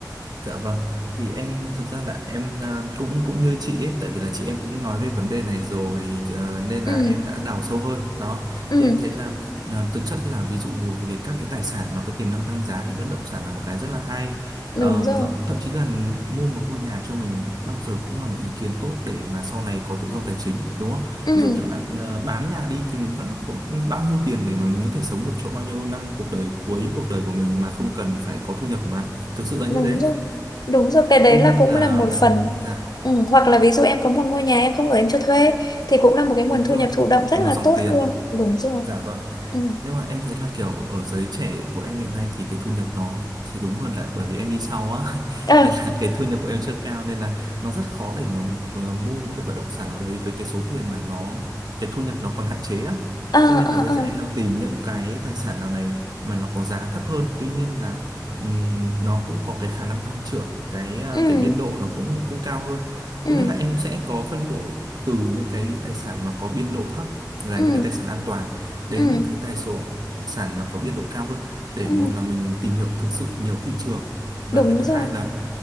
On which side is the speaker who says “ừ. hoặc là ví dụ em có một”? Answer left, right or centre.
Left